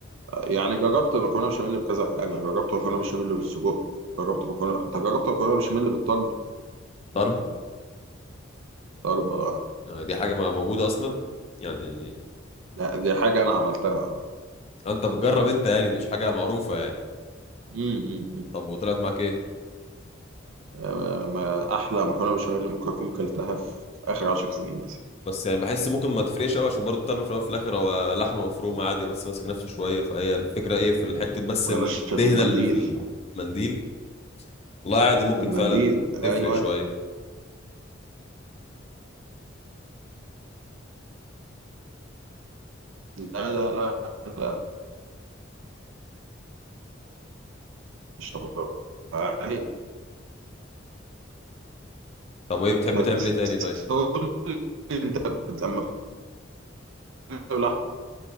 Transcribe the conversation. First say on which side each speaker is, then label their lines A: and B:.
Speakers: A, on the right (about 80°); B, on the left (about 30°).
A: يعني جربت مكرونه بشاميل بكذا حاجه يعني جربت مكرونه بشاميل بالسجق جربت مكرونه انت جربت مكرونه بشاميل بالطرب
B: طرب
A: طرب آه.
B: يعني دي حاجة ما موجودة اصلا يعني
A: لا دي حاجه انا عملتها
B: انت بتجرب انت يعني مش حاجة معروفة يعني
A: امم
B: طب وطلعت معاك ايه
A: آه، ما احلى مكرونه بشاميل ممكن اكون كلتها في اخر عشر سنين مثلا
B: بس يعني بحس ممكن ما تفرقش قوي عشان برضه الطرب في الاول وفي الاخر هو لحمه مفرومه عادي بس ماسك نفسه شويه فهي الفكره ايه في الحته بس
A: ويا
B: الدهنه
A: باشا في المنديل
B: اللي في المنديل والله عادي ممكن
A: المنديل
B: فعلا
A: ايوه
B: تفرق شويه
A: لا لا لا لا مش طبيعي
B: طب وايه بتحب
A: بس
B: تعمل ايه تاني طيب
A: قول لي انت لما بتعملها بلحمه